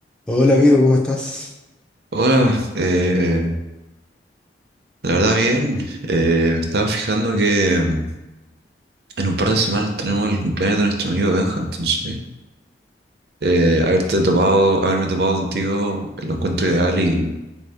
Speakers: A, in the centre; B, on the right.
A: Hola amigo, ¿cómo estás?
B: Hola, eh, la verdad bien. Eh, me estaba fijando que mm, en un par de semanas tenemos el cumpleaños de nuestro amigo Benja, entonces eh, haberte topado, haberme topado contigo lo encuentro ideal y,